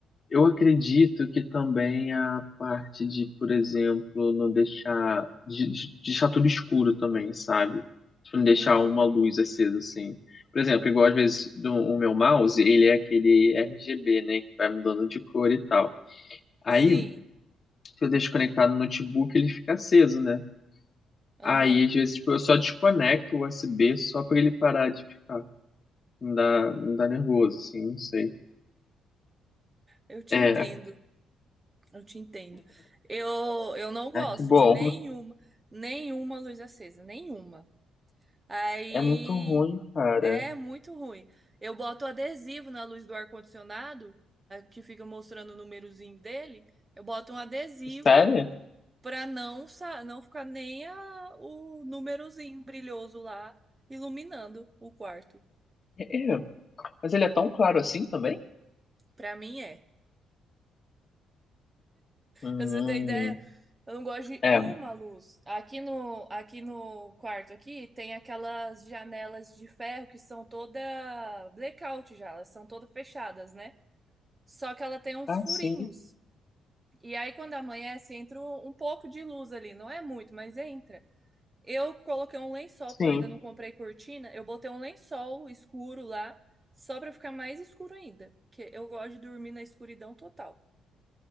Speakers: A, on the left; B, on the right.
A: Eu acredito que também a parte de, por exemplo, não deixar de, de- de deixar tudo escuro também, sabe? Tipo, não deixar
B: Uhum.
A: uma luz acesa assim. Por exemplo, igual às vezes do, o meu mouse, ele é aquele RGB, né, que vai mudando de cor e tal. Aí,
B: Sim,
A: se eu deixo conectado no notebook, ele fica aceso, né?
B: aham.
A: Aí, às vezes, tipo, eu só desconecto o USB só pra ele parar de ficar. Me dá, me dá nervoso, assim, não sei.
B: Eu te
A: É,
B: entendo, eu te entendo. Eu, eu não gosto
A: ah, que bom.
B: de nenhuma, nenhuma luz acesa, nenhuma. Aí
A: É muito ruim, cara.
B: É muito ruim. Eu boto adesivo na luz do ar-condicionado, a- que fica mostrando o númerozinho dele. Eu boto um adesivo
A: Sério?
B: para não, sa- não ficar nem a- o númerozinho brilhoso lá iluminando o quarto.
A: É, mas ele é tão claro assim também?
B: Para mim é.
A: Hum,
B: Pra você ter ideia, eu não gosto de
A: é,
B: uma luz. Aqui no, aqui no quarto aqui tem aquelas janelas de ferro que são toda blackout já, elas são todas fechadas, né? Só que ela tem uns
A: ah,
B: furinhos.
A: sim,
B: E aí, quando amanhece, entra um um pouco de luz ali. Não é muito, mas entra. Eu coloquei um lençol,
A: sim,
B: porque eu ainda não comprei cortina. Eu botei um lençol escuro lá, só pra ficar mais escuro ainda. Porque eu gosto de dormir na escuridão total.